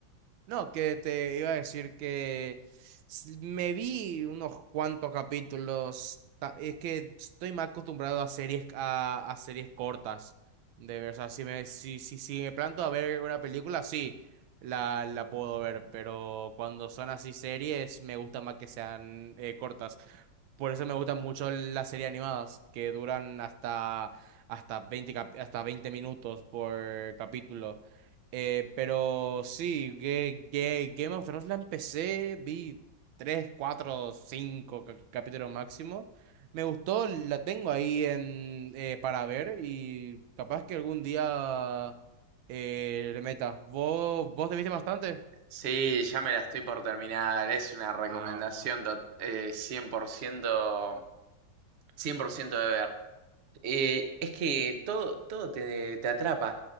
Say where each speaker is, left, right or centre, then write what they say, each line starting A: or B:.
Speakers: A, on the right; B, on the right.
A: No, que te iba a decir que s- me vi unos cuantos capítulos. ta- Es que estoy más acostumbrado a series a, a series cortas. De ver, o sea, si me, si, si, si me planto a ver una película, sí, la, la puedo ver. Pero cuando son así series, me gusta más que sean eh, cortas. Por eso me gustan mucho las series animadas, que duran hasta, hasta 20 cap- hasta 20 minutos por capítulo. Eh, pero sí, Ga- Ga- Game of Thrones la empecé, vi 3, 4, 5 capítulos máximo. Me gustó, la tengo ahí en, eh, para ver y capaz que algún día eh, le meta. ¿Vos, vos te viste bastante?
B: Sí, ya me la estoy por terminar. Es una recomendación
A: Ah, bueno.
B: tot- eh, 100%, 100% de ver. Eh, es que todo, todo te, te atrapa.